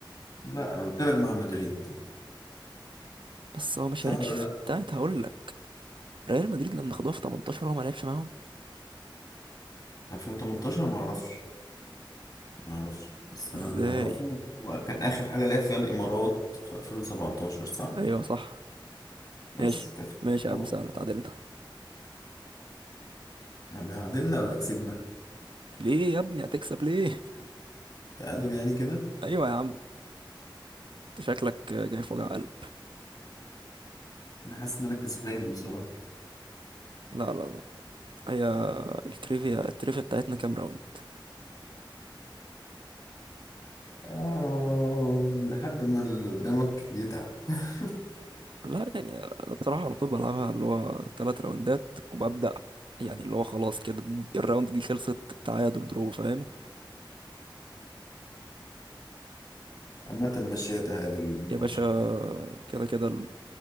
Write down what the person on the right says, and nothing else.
بس هو ما شاركش
في
بتاعة هقول لك ريال مدريد لما خدوها في 18 هو ما لعبش معاهم
إزاي
أيوه صح
ماشي
ماشي يا
عم سهلة اتعادلنا
ليه يا ابني هتكسب ليه
<laughs> ايوه يا عم انت شكلك جاي في وجع قلب
لا لا لا هي التريفيا التريفيا بتاعتنا كام راوند
لا يعني انا بصراحه على طول بلعبها اللي هو ثلاث راوندات وببدا يعني اللي هو خلاص كده دي دي الراوند دي خلصت تعادل درو فاهم
يا باشا كده كده ال-